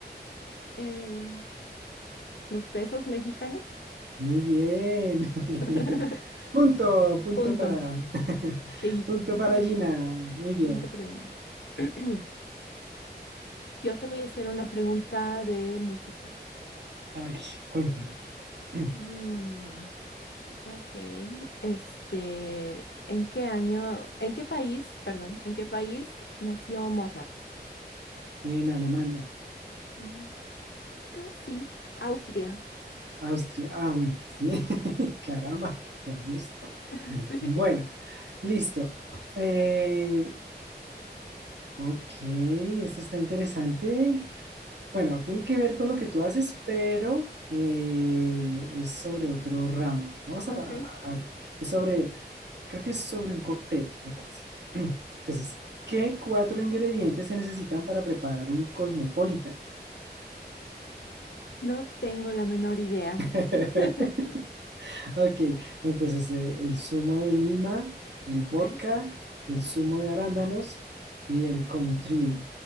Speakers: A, on the left; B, on the right.
A: Eh, ¿los pesos mexicanos?
B: Muy bien. <laughs>
A: <laughs>
B: Punto, punto
A: Punto.
B: para, <laughs>
A: Sí.
B: punto
A: punto
B: para
A: para
B: Gina.
A: mí.
B: Muy
A: Pregunta
B: bien.
A: para mí. <clears throat> Yo te voy a hacer una pregunta de música.
B: A ver, cuéntame. <clears throat>
A: Mm, ok. Este, ¿en qué año, en qué país, perdón, en qué país nació Mozart?
B: En Alemania,
A: Mm, casi, Austria.
B: Austria. Ah, bueno, sí. <laughs> Caramba, por Dios.
A: <laughs> Sí.
B: Bueno, listo. Eh, ok, esto está interesante. Bueno, tiene que ver con lo que tú haces, pero eh, es sobre otro ramo. Vamos
A: Ok.
B: a, a ver, es sobre creo que es sobre un cóctel, me parece. <clears throat> Entonces, ¿qué cuatro ingredientes se necesitan para preparar un cosmopolitan?
A: No tengo la menor idea.
B: <laughs>
A: <laughs>
B: Ok, entonces eh, el zumo de lima, el vodka,
A: Ok.
B: el zumo de arándanos y el contriu.